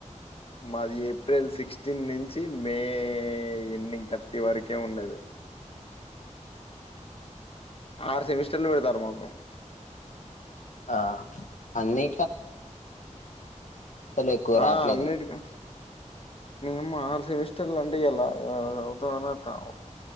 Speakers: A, on the left; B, on the left.
A: మాది ఏప్రిల్ సిక్స్టీన్ నుంచి మే ఎండింగ్ థర్టీ వరకే ఉండది ఆరు సెమిస్టర్లు పెడుతారమాకు
B: ఆ అన్నీ ఎక్కువ
A: ఆ
B: రావట్లేదని
A: అన్నింటికక అమ్మా ఆరు సెమిస్టర్లు అంటే ఎలాతా